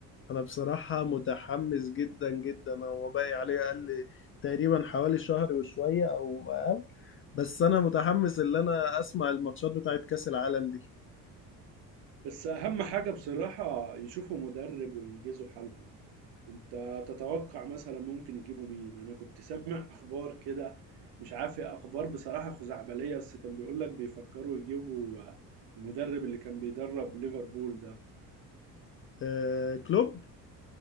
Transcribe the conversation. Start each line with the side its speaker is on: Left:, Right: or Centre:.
Left: انا بصراحة متحمس جدا جدا هو باقي عليه اقل تقريبا حوالي شهر وشوية او اقل بس انا متحمس ان انا اسمع الماتشات بتاعت كأس العالم دي
Right: بس أهم حاجة بصراحة يشوفوا مدرب وينجزوا حالهم انت تتوقع مثلا ممكن يجيبوا مين انا كنت سامع اخبار كده مش عارف هي اخبار بصراحة خزعبلية بس كان بيقول لك بيفكروا يجيبوا آه، المدرب اللي كان بيدرب ليفربول ده
Left: آه كلوب